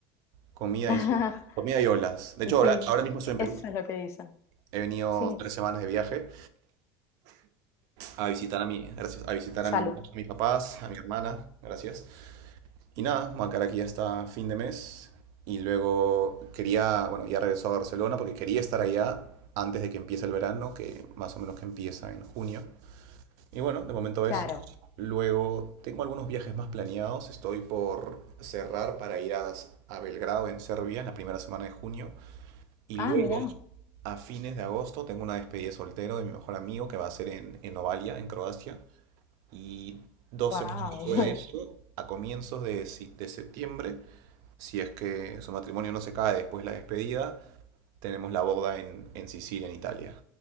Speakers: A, on the right; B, on the left.
A: comida
B: <laughs>
A: y surf. Comida y olas. De hecho,
B: Sí,
A: ahora, ahora mismo estoy en Perú.
B: eso es lo que dicen.
A: He venido
B: Sí,
A: tres semanas de viaje a visitar a mi, gracias, a visitar
B: salud,
A: a, mi- a mis papás, a mi hermana, gracias. Y nada, me voy a quedar aquí hasta fin de mes. Y luego quería, bueno, ya regresó a Barcelona porque quería estar allá antes de que empiece el verano, que más o menos que empieza en junio. Y bueno, de momento
B: claro.
A: eso. Luego tengo algunos viajes más planeados. Estoy por cerrar para ir a, a Belgrado en Serbia en la primera semana de junio. Y
B: Ah,
A: luego,
B: mirá,
A: a fines de agosto, tengo una despedida de soltero de mi mejor amigo que va a ser en, en Novalia, en Croacia. Y dos
B: wow,
A: semanas después de eso, a comienzos de, si- de septiembre, si es que su matrimonio no se cae después de la despedida, tenemos la boda en, en Sicilia, en Italia.